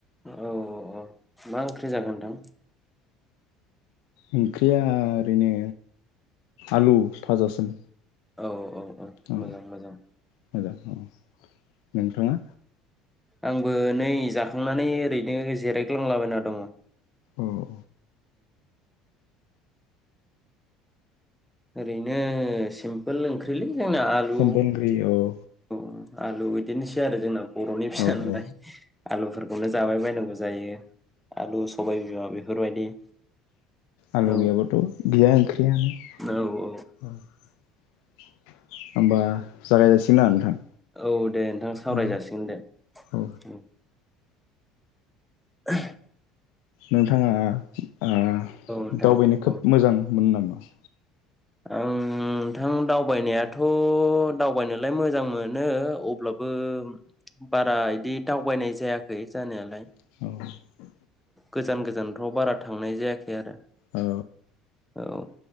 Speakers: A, in the centre; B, on the left.
A: औ औ मा ओंख्रि जागोनथां।
B: ओंख्रिया ओरैनो आलु फाजासोम
A: औ औ औ
B: औ
A: मोजां मोजां
B: मोजां औ नोंथाङा
A: आंबो नै जाखांनानै ओरैनो जिरायग्लांलाबायना दङ।
B: औ।
A: ओरैनो सिमपोल ओंख्रिलै। जोंना आलु
B: सप <unintelligible> औ
A: औ आलु बिदिनोसै आरो जोंनाव बर'नि फिसा
B: औ
A: नालाय
B: औ
A: आलुफोरखौनो जाबाय बायनांगौ जायो आलु, सबाय बिमा बेफोरबायदि
B: आलु
A: औ
B: गैयाब्लाथ गैया ओंख्रियानो
A: औ औ
B: <inaudible> होमबा जागाय जासि थिना नोंथां
A: औ दे नोंथां सावराय
B: औ
A: जासिगोन दे
B: औ
A: उम <unintelligible>
B: नोंथाङा ओ
A: औ नोंथां
B: दावबायनो खोब
A: औ
B: मोजां मोनो नामा? <inaudible>
A: आं आं दावबायनायाथ' दावबायनोलाय मोजां मोनो अब्लाबो बारा इदि दावबायनाय जायाखै जानायालाय
B: औ
A: गोजान गोजानथ' बारा थांनाय जायाखै आरो
B: औ
A: औ